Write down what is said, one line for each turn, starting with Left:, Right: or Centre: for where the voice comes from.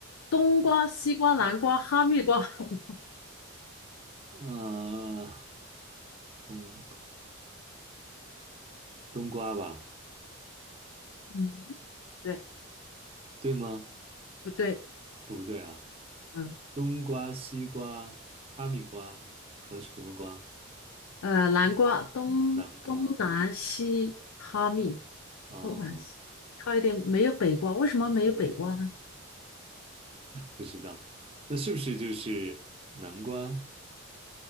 Left: 冬瓜、西瓜、南瓜、哈密瓜？<laughs>
Right: 啊，嗯，冬瓜吧，
Left: 嗯，对，
Right: 对吗？
Left: 不对？
Right: 不对啊，
Left: 嗯。
Right: 冬瓜、西瓜、哈密瓜和什么瓜？
Left: 呃，南瓜东
Right: 南瓜。
Left: 东南西哈密，
Right: 哦，
Left: 东南西差一点没有北瓜，为什么没有北瓜呢？
Right: 没，不知道。那是不是就是南瓜、